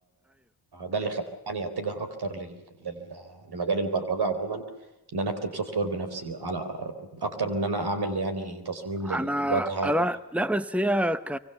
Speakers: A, on the right; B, in the centre.
A: ده اللي خلاني يعني اتجه اكتر لل... لل... لمجال البرمجه عموما ان انا اكتب سوفت وير بنفسي على اكتر من ان انا اعمل يعني تصميم للواجهه
B: انا انا
A: وال...
B: لا بس هي ك...